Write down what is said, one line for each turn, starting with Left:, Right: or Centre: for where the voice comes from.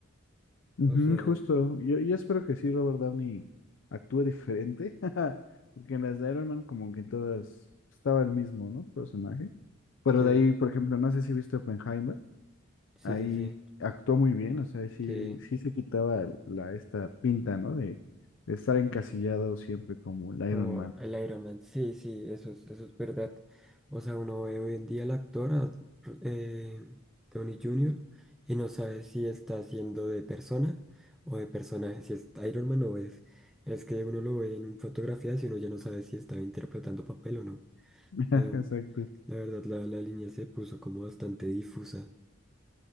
Left: Ujú,
Centre: O sea,
Left: justo, yo, yo espero que sí Robert Downey actúe diferente, <laughs> porque en las de Iron Man como que todas estaba el mismo, ¿no? Personaje. Pero
Centre: sí,
Left: de ahí, por ejemplo, no sé si viste Oppenheimer.
Centre: sí,
Left: Ahí
Centre: sí, sí,
Left: actuó muy bien, o sea, sí,
Centre: sí.
Left: sí se quitaba la, esta pinta, ¿no? De, de estar encasillado siempre como el
Centre: Como
Left: Iron Man.
Centre: el Iron Man, sí, sí, eso es, eso es verdad. O sea, uno ve hoy en día al actor, a, eh, Tony Jr., y no sabe si está haciendo de persona o de personaje, si es Iron Man o es... Es que uno lo ve en fotografías y uno ya no sabe si está interpretando papel o no.
Left: <laughs>
Centre: Eh,
Left: Exacto.
Centre: la verdad, la, la línea se puso como bastante difusa.